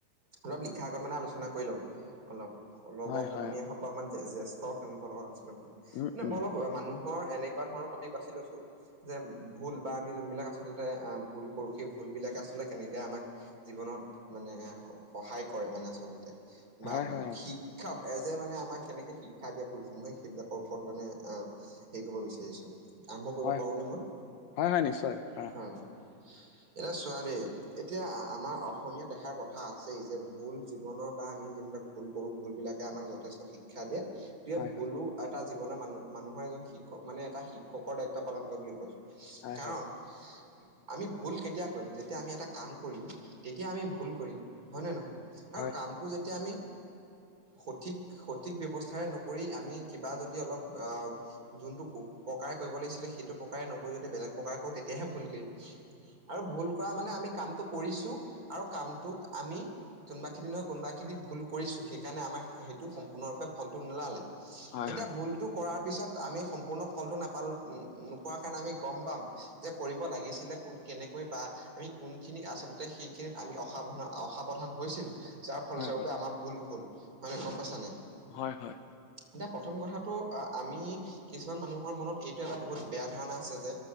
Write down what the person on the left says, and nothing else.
হয়,
হয়। অ।
উম,
উম।
হয়, হয়, অ'।
হয়,
হয়, হয় নিশ্চয় পাৰা।
হয়,
হয়।
হয়,
হয়।
হয়,
হয়,
হয়।
হয়, হয়।
হয় হয়।